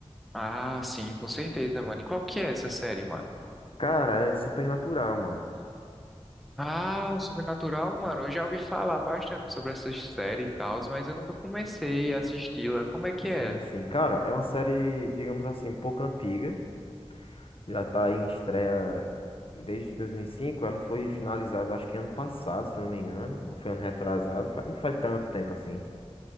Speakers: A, in the centre; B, on the left (about 55°).
A: ah, sim, com certeza, mano. E qual que é essa série, mano?
B: Cara, é Supernatural, mano.
A: Ah, Sobrenatural, mano, eu já ouvi falar bastante sobre essa série e tal, mas eu nunca comecei a assisti-la. Como é que
B: Sim,
A: é?
B: sim. Cara, é uma série, digamos assim, um pouco antiga. Já tá aí em estreia desde dois mil e cinco Ela foi finalizada, acho que ano passado, se eu não me engano. Ou foi ano retrasado. Faz- não faz tanto tempo assim.